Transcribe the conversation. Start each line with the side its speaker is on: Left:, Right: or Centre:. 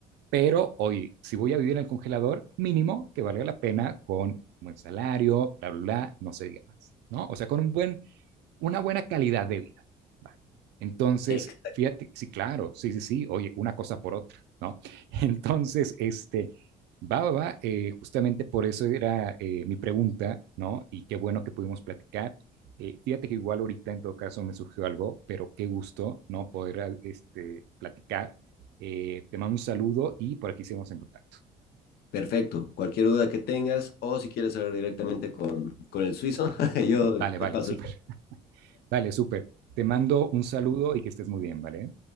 Right: Pero hoy, si voy a vivir en el congelador, mínimo que valga la pena con un buen salario, bla, bla, bla, no se diga más, ¿no? O sea, con un buen, una buena calidad de vida. Vale. Entonces,
Left: ex-
Right: fíjate, sí, claro, sí, sí, sí, oye, una cosa por otra, ¿no? <laughs> Entonces, este, va, va, va, eh, justamente por eso era eh, mi pregunta, ¿no? Y qué bueno que pudimos platicar. Eh, fíjate que igual ahorita en todo caso me surgió algo, pero qué gusto, ¿no? Poder ah, este, platicar eh, te mando un saludo y por aquí seguimos en contacto.
Left: Perfecto. Cualquier duda que tengas o si quieres hablar directamente con, con el suizo, <laughs> yo
Right: Vale, vale,
Left: te paso
Right: súper. Vale, súper. Te mando un saludo y que estés muy bien, ¿vale?